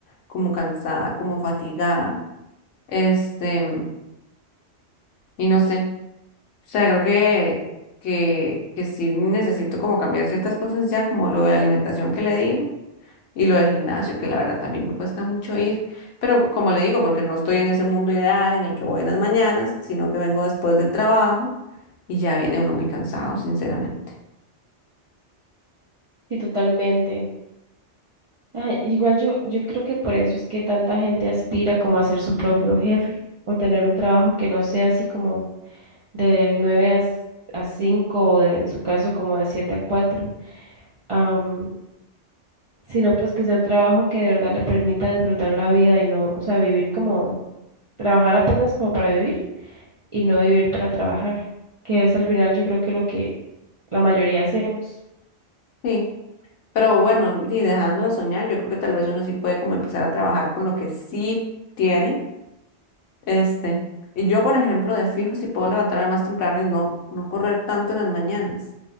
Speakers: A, on the left; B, on the right.
A: como cansada, como fatigada. Este, y no sé. O sea, creo que, que, que sí necesito como cambiar ciertas cosas ya, como lo de la alimentación que le digo, y lo del gimnasio, que la verdad también me cuesta mucho ir. Pero co- como le digo, porque no estoy en ese mundo ideal en el que voy en las mañanas, sino que vengo después del trabajo y ya viene uno muy cansado, sinceramente.
B: Sí, totalmente. Ay, igual yo, yo creo que por eso es que tanta gente aspira como a ser su propio jefe o tener un trabajo que no sea así como de 9 a, s- a 5 o de- en su caso como de 7 a cuatro am, sino pues que sea un trabajo que de verdad le permita disfrutar la vida y no, o sea, vivir como Trabajar apenas como para vivir y no vivir para trabajar, que es al final yo creo que lo que la mayoría hacemos.
A: Sí. Pero bueno, y dejando de soñar, yo creo que tal vez uno sí puede como empezar a trabajar con lo que sí tiene, este. Y yo, por ejemplo, de fijo, sí puedo levantarme más temprano y no, no correr tanto en las mañanas.